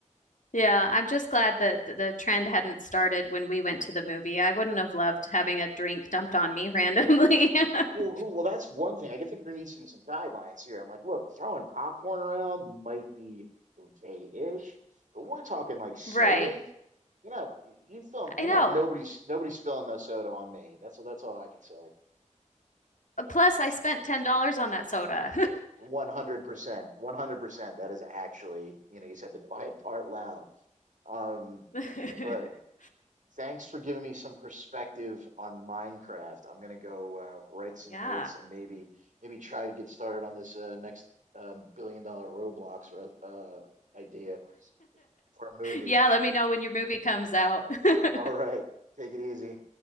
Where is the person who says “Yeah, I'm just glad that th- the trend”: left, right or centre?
Left